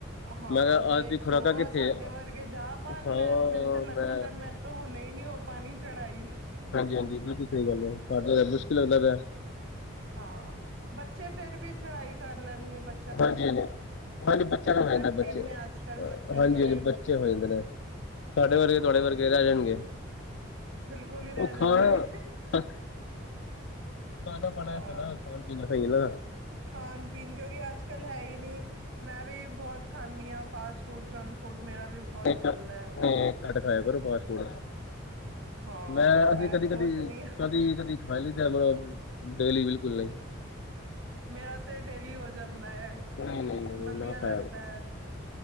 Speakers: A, on the right (about 70°); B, on the left (about 60°).
A: ਹਾਂ
B: ਮੈਂ ਕਿਹਾ
A: ਦੇਖਲਓ
B: ਅੱਜ ਦੀ ਖੁਰਾਕਾਂ ਕਿੱਥੇ
A: ਆ ਸਾਡੇ ਵਰਗੇ ਜਾ ਪਾਣ
B: ਹਾਂ
A: ਮੈਂ ਮੈਨੂੰ ਤੇ ਲੱਗਦਾ
B: ਮੈਂ
A: ਪਿਆ ਮੇ ਤਾਂ ਹੁਣ ਨੀ, ਉਹ ਪਾਣੀ ਚੜ੍ਹਾਈ
B: ਹਾਂਜੀ- ਹਾਂਜੀ ਬਿਲਕੁਲ ਸਹੀ ਗੱਲ ਹੈ। ਮੁਸ਼ਕਿਲ ਲੱਗਦਾ ਪੇਆ।
A: ਹਾਂ ਬੱਚੇ ਫੇਰ ਵੀ ਚੜਾਈ ਕਰ ਲੈਣਗੇ ਬ
B: ਹਾਂਜੀ- ਹਾਂਜੀ- ਹਾਂਜੀ ਬੱਚੇ ਨੂੰ ਹੋ ਜਾਦਾ
A: ਐਕਟਿਵ
B: ਬੱਚੇ
A: ਨੇ ਅੱਜ ਕੱਲ੍ਹ
B: ਹਾਂਜੀ-
A: ਬੱਚੇ ਥੋੜੇ
B: ਹਾਂਜੀ ਬੱਚੇ ਹੋ ਜਾਦੇ ਨੇ ਸਾਡੇ ਵਰਗੇ
A: ਹਾਂ
B: ਤੁਹਾਡੇ ਵਰਗੇ ਰਹਿ ਜਾਣਗੇ
A: ਬਿਲਕੁਲ ਹੀ ਰਹਿ
B: ਉਹ ਖਾਣਾ
A: ਜਾਣਗੇ।
B: ਖਾਣਾ ਬਣਾ
A: ਹਾਂ
B: ਨਾ ਖਾਣ ਪੀਣਾ ਸਹੀ ਨਾ
A: ਖਾਣ ਪੀਣ ਕਿਉਂਕਿ ਅੱਜ ਕੱਲ੍ਹ ਹੈ ਹੀ ਨਹੀਂ ਮੈਂ ਵੀ ਬਹੁਤ ਖਾਂਦੀ ਹਾਂ ਫਾਸਟ ਫੂਡ, ਜੰਕ ਫੂਡ ਮੇਰਾ ਵੀ ਬਹੁਤ
B: ਇਕ
A: ਚੱਲਦਾ
B: ਨ
A: ਹੈ
B: ਘੱਟ ਖਾਇਆ ਕਰੋ ਫਾਸਟ ਫੂਡ
A: ਹਾਂ
B: ਮੈਂ ਅਸੀ ਕਦੀ-
A: ਸੋਚਣੀ
B: ਕਦੀ-
A: ਆ
B: ਕਦੀ- ਕਦੀ- ਹ ਤੇ ਡੇਲੀ ਬਿਲਕੁਲ ਨਹੀਂ ਈ
A: ਮੇਰਾ ਤੇ ਡੇਲੀ ਹੋ ਜਾਂਦਾ ਹੈ
B: ਨਹੀਂ ਨਹੀਂ ਨਹੀਂ ਨਹੀਂ
A: ਵਧੀਆ
B: ਨਾ
A: ਲੱਗਦਾ
B: ਖਾਇਆ
A: ਹੈ